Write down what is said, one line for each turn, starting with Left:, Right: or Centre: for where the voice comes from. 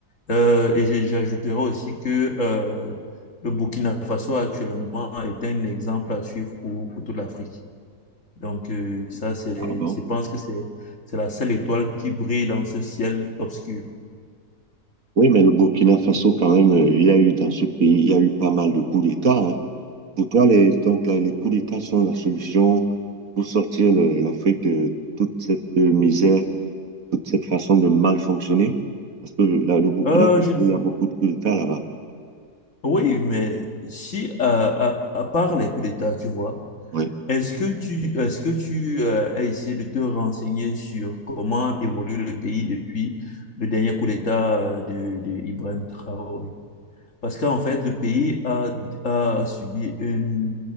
Left: Euh, et j'ai- j'ajouterais aussi que euh, le Burkina Faso actuellement est un exemple à suivre pour, pour toute l'Afrique. Donc, euh, ça, c'est,
Right: Ah bon?
Left: je pense que c'est, c'est la seule étoile qui brille dans ce ciel obscur.
Right: Oui, mais le Burkina Faso, quand même, euh, il y a eu dans ce pays, il y a eu pas mal de coups d'État. hein. Pour toi, les, donc, là, les coups d'État sont la solution pour sortir le- l'Afrique de toute cette euh, misère, toute cette façon de mal fonctionner? Parce que euh, là, le Burkina
Left: Euh,
Right: Faso,
Left: je dis-
Right: il y a beaucoup de coups d'État là-bas.
Left: oui, mais si, à, à, à part les coups d'État, tu vois,
Right: Oui,
Left: est-ce que tu, est-ce que tu euh, as essayé de te renseigner sur comment évolue le pays depuis le dernier coup d'État de, de Ibrahim Traoré? Parce qu'en fait, le pays a, a subi une,